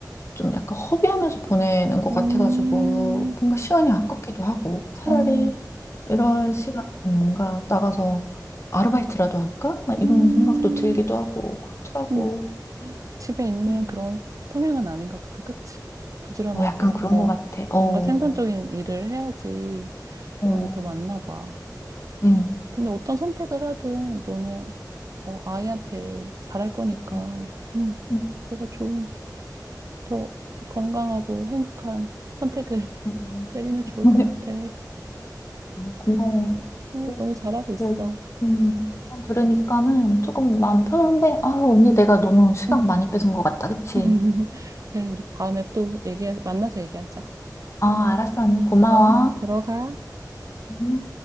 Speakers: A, on the left (about 40°); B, on the right (about 50°).
A: 좀 약간 허비하면서 보내는 것
B: 응
A: 같아가지고 뭔가 시간이 아깝기도 하고 차라리
B: 응
A: 이런 시간에 뭔가 나가서 아르바이트라도 할까? 막 이런
B: 음,
A: 생각도 들기도 하고 그렇더라고.
B: 음, 집에 있는
A: 음.
B: 그런 성향은 아닌가 보다. 그치? 부지런하게,
A: 어, 약간 그런
B: 어,
A: 것 같아. 어,
B: 뭔가 생산적인 일을 해야지
A: 어,
B: 너에게 더 맞나 봐.
A: 음,
B: 근데 어떤 선택을 하든 너는, 어, 아이한테 잘할 거니까,
A: 음,
B: 음,
A: 음,
B: 너가 좋은, 더 건강하고 행복한 선택을 <laughs>
A: 음.
B: 내리면 좋을
A: <laughs>
B: 것 같아.
A: 고마워.
B: 어,
A: 음,
B: 너무 잘하고 있어.
A: 네, 음, 어, 들으니까는 조금 마음 편한데, 아, 언니 내가 너무 시간
B: 응.
A: 많이 뺏은 것 같다, 그치?
B: <laughs> 그래, 우리 다음에 또 얘기, 만나서 얘기하자.
A: 아, 알았어, 언니 고마워.
B: 어, 들어가.
A: 음.